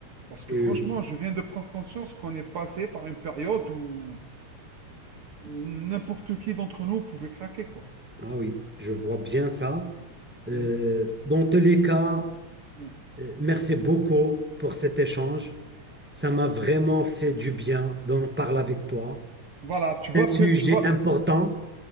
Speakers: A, on the right; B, in the centre.
A: Parce que
B: Oui,
A: franchement,
B: oui, oui.
A: je viens de prendre conscience qu'on est passé par une période où n'importe qui d'entre nous pouvait craquer, quoi.
B: Ah oui, je vois bien ça. Euh,
A: Mhm.
B: dans tous les cas,
A: Mhm.
B: euh, merci beaucoup pour cet échange. Ça m'a vraiment fait du bien d'en parler avec toi.
A: Voilà, tu vois
B: C'est un sujet
A: que tu vois
B: important